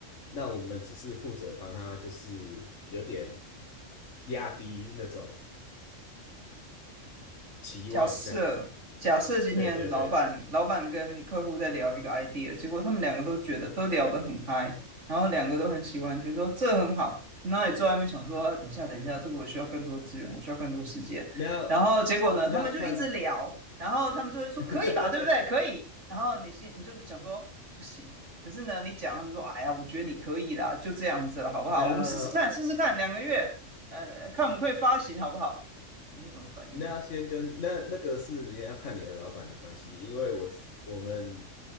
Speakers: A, on the left; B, on the right.
A: 那我们只是负责帮他就是有点压低那种期望这样子。
B: 假设假设今天老板老板跟客户在聊一个
A: 对对对，
B: idea，结果他们两个都觉得都聊得很嗨，然后两个都很喜欢，觉得说这很好。那你坐在那边想说，啊等一下等一下，这个我需要更多资源，我需要更多时间。
A: 那要
B: 然后结果呢，
A: 那要看
B: 他们就一直聊，然后他们就会说可以吧，
A: <laughs>，
B: 对不对？可以。然后你心你就想说不行，可是呢，你讲他们说，哎呀，我觉得你可以啦，就这样子了，好不好？
A: 那要
B: 我们试试看，试试看，两个月，呃，看我们可以发行好不好？你会怎么反应？
A: 那要先跟那那个是你要看你的老板的关系，因为我是我们